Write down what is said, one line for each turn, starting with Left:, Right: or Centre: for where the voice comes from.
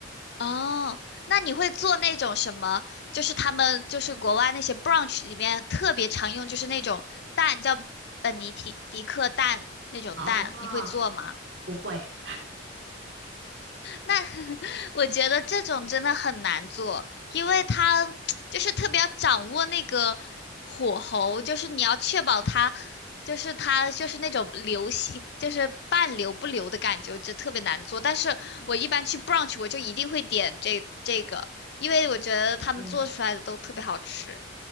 Left: 哦，那你会做那种什么？就是他们就是国外那些 brunch 里面特别常用，就是那种蛋叫本尼提迪克蛋那种蛋，
Right: 哦，
Left: 你会做吗？<laughs>
Right: 不会，
Left: 那 <laughs> 我觉得这种真的很难做，因为它就是特别要掌握那个火候，就是你要确保它，就是它就是那种流心，就是半流不流的感觉，就特别难做。但是我一般去 brunch，我就一定会点这这个，因为我觉得他们做出来的都特别好吃。
Right: 嗯，